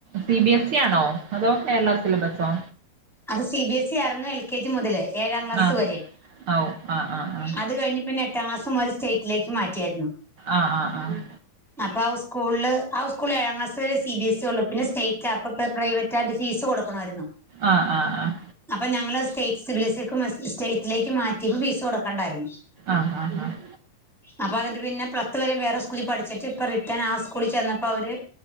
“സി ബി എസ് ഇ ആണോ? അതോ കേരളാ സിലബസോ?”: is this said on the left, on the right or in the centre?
Right